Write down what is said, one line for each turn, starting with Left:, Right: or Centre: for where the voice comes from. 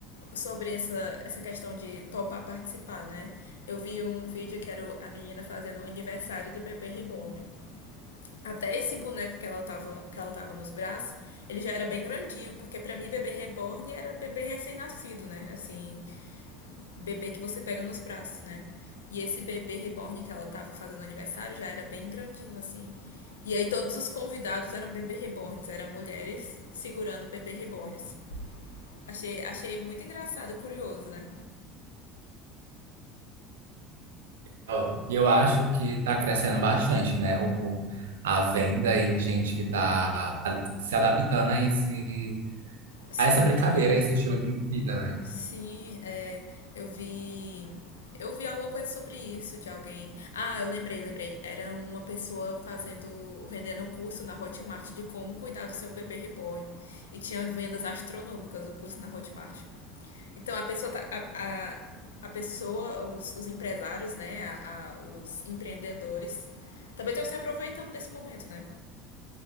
Left: sobre essa, essa questão de topar participar, né? Eu vi um vídeo que era o- a menina fazendo o aniversário do bebê reborn. Até esse boneco que ela tava, que ela tava nos braços, ele já era bem grandinho, porque para mim bebê reborn era bebê recém-nascido, né? Assim, bebê que você pega nos braços, né? E esse bebê reborn que ela tava fazendo aniversário já era bem grandinho, assim. E aí todos os convidados eram bebê reborns, eram mulheres segurando bebê reborns. Achei, achei muito engraçado e curioso, né?
Right: Ó, E eu acho que está crescendo bastante, né? O, a venda e gente que está se adaptando a esse,
Left: Sim,
Right: a essa brincadeira, a esse estilo de vida, né?
Left: Sim, é, eu vi. Eu vi alguma coisa sobre isso de alguém. Ah, eu lembrei, lembrei. Era uma pessoa fazendo, vendendo um curso na Hotmart de como cuidar do seu bebê reborn. E tinha vendas astronômicas o curso na Hotmart. Então a pessoa tá, a, a, a pessoa, os, os empresários, né, a, a- os empreendedores também estão se aproveitando desse momento, né?